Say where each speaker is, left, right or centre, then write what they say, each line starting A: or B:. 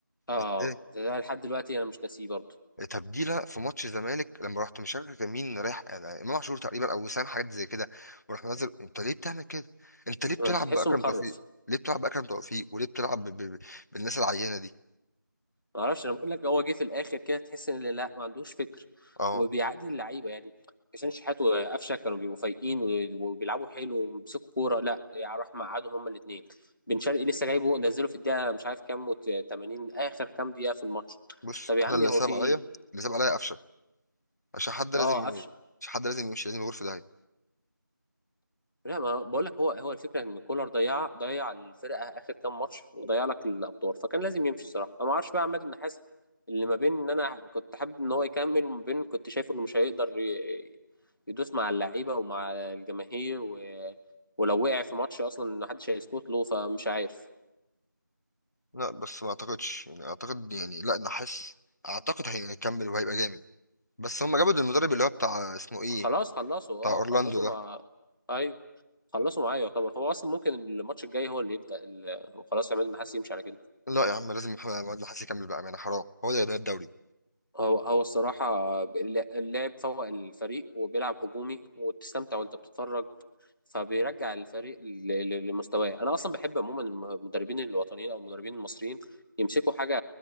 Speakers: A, on the left; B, on the left.
A: اه
B: ازاي
A: ده ده لحد دلوقتي انا مش ناسيه برضه
B: تبديله في ماتش الزمالك لما رحت مش فاكر كان مين رايح يعني امام عاشور تقريبا او وسام حاجات زي كده وراح منزل انت ليه بتعمل كده انت ليه بتلعب
A: آه، انت تحسه
B: باكرم
A: مخرف
B: توفيق ليه بتلعب باكرم توفيق وليه بتلعب ب... ب... ب- بالناس العينه دي
A: ما اعرفش انا بقول لك هو جه في الاخر كده تحس ان لا ما عندوش فكر
B: اه
A: وبيعادي اللعيبه يعني حسين شحات وقفشه كانوا بيبقوا فايقين و- وبيلعبوا حلو وبيمسكوا كوره لا يعني راح مقعدهم هما الاثنين بن شرقي لسه جايبه نزله في الدقيقه مش عارف كام وت- 80 اخر كام دقيقه في الماتش
B: بص
A: طب يا
B: انا
A: عمي
B: اللي
A: هو
B: صعب
A: في ايه
B: عليا اللي صعب عليا قفشه عشان حد
A: اه
B: لازم
A: قفشه
B: عشان حد لازم يمشي لازم يغور في ده
A: لا ما بقول لك هو هو الفكره ان كولر ضيع ضيع الفرقه اخر كام ماتش وضيع لك الابطال فكان لازم يمشي الصراحه انا ما اعرفش بقى عماد النحاس اللي ما بين ان انا كنت حابب ان هو يكمل وما بين كنت شايفه انه مش هيقدر ي- يدوس مع اللعيبه ومع الجماهير و... ولو وقع في ماتش اصلا ما حدش هيسكت له فمش عارف
B: لا بس ما اعتقدش يعني اعتقد يعني لا نحس اعتقد هيكمل وهيبقى جامد بس هم جابوا المدرب اللي هو بتاع اسمه ايه
A: خلاص خلصوا
B: بتاع
A: اه
B: اورلاندو
A: خلصوا
B: ده
A: مع ايوه خلصوا معايا يعتبر هو اصلا ممكن الماتش الجاي هو اللي يبدا ال... خلاص عماد النحاس يمشي على كده
B: لا يا عم لازم محمد محمد نحاس يكمل بقى يعني حرام هو ده اللي بنى الدوري
A: هو هو الصراحة الل- اللاعب فوق الفريق وبيلعب هجومي وتستمتع وانت بتتفرج فبيرجع الفريق ل- ل- لمستواه انا اصلا بحب عموما الم- المدربين الوطنيين او المدربين المصريين يمسكوا حاجة